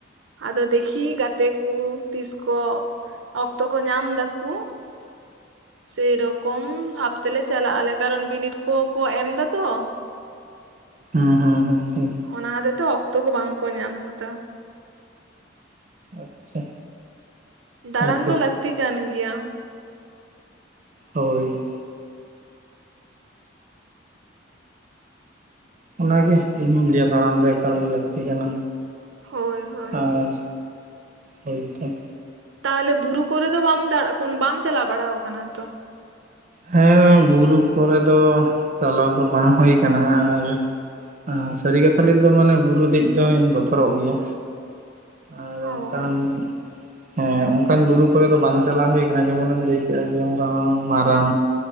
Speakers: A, on the right; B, on the right.
A: ᱟᱫᱚ ᱫᱮᱠᱷᱤ ᱜᱟᱛᱮ ᱠᱩ ᱛᱤᱥ ᱠᱚ ᱚᱠᱛᱚ ᱠᱚ ᱧᱟᱢ ᱫᱟᱠᱩ, ᱥᱮ ᱨᱚᱠ ᱠᱚᱢ ᱵᱷᱟᱵᱽ ᱛᱮᱞᱮ ᱪᱟᱞᱟᱜ ᱟᱞᱮ ᱠᱟᱨᱚᱱ ᱵᱤᱱᱤᱰ ᱠᱚᱦᱚᱸ ᱠᱚ ᱮᱢᱫᱟ ᱛᱚ᱾
B: ᱦᱩᱸ ᱦᱩᱸ ᱦᱩᱸ ᱦᱩᱸ᱾
A: ᱚᱱᱟ ᱦᱚᱛᱮᱡ ᱛᱚ ᱚᱠᱛᱚ ᱠᱚ ᱵᱟᱝᱠᱚ ᱧᱟᱢ ᱠᱟᱫᱟ᱾
B: ᱟᱪᱪᱷᱟ᱾
A: ᱫᱟᱬᱟᱱ
B: ᱦᱮᱸᱛᱚ
A: ᱫᱚ ᱞᱟᱹᱠᱛᱤ ᱠᱟᱱ ᱜᱮᱭᱟ᱾
B: ᱦᱳᱭ᱾ ᱚᱱᱟᱜᱮ ᱤᱧ ᱦᱚᱸᱧ ᱞᱟᱹᱭᱟ ᱫᱟᱬᱟᱱ ᱫᱚ ᱮᱠᱟᱞ ᱜᱮ ᱞᱟᱹᱠᱛᱤ ᱠᱟᱱᱟ᱾
A: ᱦᱳᱭ ᱦᱳᱭ
B: ᱟᱨ ᱦᱚᱭᱛᱚ
A: ᱛᱟᱦᱞᱮ ᱵᱩᱨᱩ ᱠᱚᱨᱮ ᱫᱚ ᱵᱟᱢ ᱫᱟᱲᱟ ᱵᱟᱢ ᱪᱟᱞᱟᱣ ᱠᱟᱱᱟ ᱛᱚ?
B: ᱦᱮᱸ ᱵᱩᱨᱩ ᱠᱚᱨᱮ ᱫᱚ ᱪᱟᱞᱟᱣ ᱫᱚ ᱵᱟᱝ ᱦᱩᱭ ᱠᱟᱱᱟ ᱦᱟᱸᱜ ᱟᱨ ᱟᱸ ᱥᱟᱹᱨᱤ ᱠᱟᱛᱷᱟ ᱞᱟ. ᱭ ᱛᱮᱫᱚ ᱢᱟᱱᱮ ᱵᱩᱨᱩ ᱫᱮᱡ ᱫᱚᱧ ᱵᱚᱛᱚᱨᱚᱜ ᱜᱮᱭᱟ᱾ ᱟᱨ
A: ᱦᱚᱸ
B: ᱚᱱᱠᱟᱱ ᱦᱮᱸ ᱚᱱᱠᱟᱱ ᱵᱩᱨᱩ ᱠᱚᱨᱮ ᱫᱚ ᱵᱟᱝ ᱪᱟᱞᱟᱣ ᱦᱩᱭ ᱠᱟᱱᱟ ᱡᱮᱢᱚᱱᱮ ᱮᱢ ᱞᱟᱹᱭ ᱠᱮᱫᱟ <unintelligible> ᱵᱟᱝ